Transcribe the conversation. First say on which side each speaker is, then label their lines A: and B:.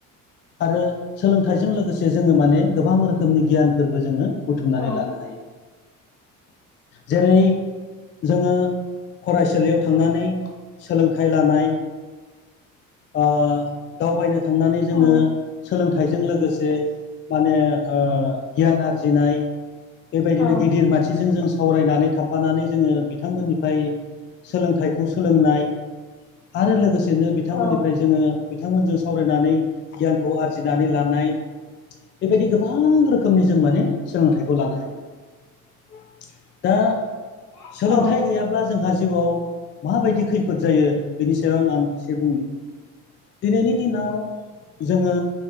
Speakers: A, on the left; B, on the left.
A: आरो सोलोंथाइजों लोगोसे जोङो माने गोबां रोखोमनि गियानफोरबो जोङो बुथुमनानै
B: औ
A: लानो हायो।
B: <inaudible>
A: जेरै जोङो फरायसालियाव थांनानै सोलोंथाइ लानाय ओ दावबायनो थांनानै जोङो
B: औ
A: सोलोंथाइजों लोगोसे माने ओ गियान आरजिनाय बेबायदिनो
B: औ
A: गिदिर मानसिजों जों सावरायनानै थाफानानै जोङो बिथांमोननिफ्राय सोलोंथाइखौ सोलोंनाय आरो लोगोसेनो बिथांमोननिफ्राय
B: औ
A: जोङो बिथांमोनजों सावरायनानै गियानखौ आरजिनानै लानाय बेबायदि गोबां रोखोमनि जों माने सोलोंथाइखौ लानो हायो। दा
B: औ
A: सोलोंथाइ
B: औ
A: गैयाब्ला जोंहा जिउआव माबायदि खैफोद जायो बेनि सायाव आं एसे बुंनि दिनैनि दिनाव जोङो